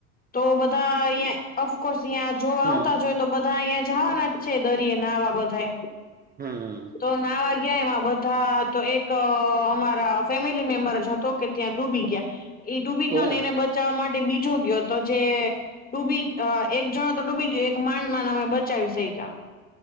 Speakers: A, on the left; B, on the right.
A: તો બધા અહિયાં ઓફકોર્સ અિયાં જો આવતા
B: હમ
A: જોઈએ તો બધા અહંયા જવાનાજ છે દરિયે નાવા બધા.
B: હમ
A: તો ના વાગ્યા એમાં બધા તો એક અમારા ફેમિલી મેમ્બરજ હતો કે ત્યાં ડૂબી ગયા. એ ડૂબી
B: ઓહ
A: ગયો ને એને બચાવવા માટે બીજો ગયો તો જે ડૂબી એક જણતો ડૂબી ગયું એક માંન માંન અમે બચાવી સૈકા.